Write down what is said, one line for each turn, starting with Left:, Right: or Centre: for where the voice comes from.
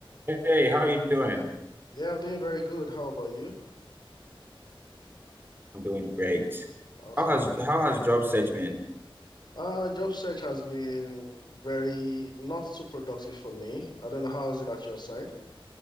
Right: Hey, how are you doing?
Left: Yeah, I'm doing very good. How about you?
Right: I'm doing great.
Left: Awesome.
Right: How has how has job search been?
Left: Uh, job search has been very not too productive for me. I don't know how is it at your side.